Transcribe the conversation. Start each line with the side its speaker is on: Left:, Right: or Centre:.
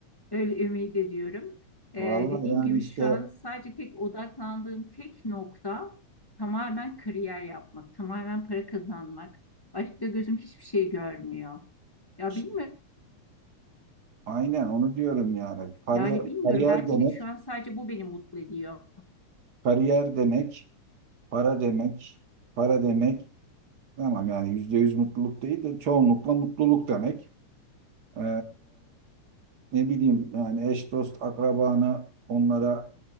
Left: Öyle ümit ediyorum. E,
Right: Vallahi
Left: Dediğim
Right: yani
Left: gibi
Right: işte,
Left: şu an sadece tek odaklandığım tek nokta tamamen kariyer yapmak, tamamen para kazanmak. Başka gözüm hiçbir şey görmüyor. Ya
Right: işte
Left: bilmiyorum.
Right: aynen onu diyorum yani. Kariyer,
Left: Yani bilmiyorum
Right: kariyer
Left: belki
Right: demek
Left: de şu an sadece bu beni mutlu ediyor.
Right: Kariyer demek, para demek, para demek tamam yani yüzde yüz mutluluk değil de çoğunlukla mutluluk demek. Ee, ne bileyim yani eş dost akrabanı onlara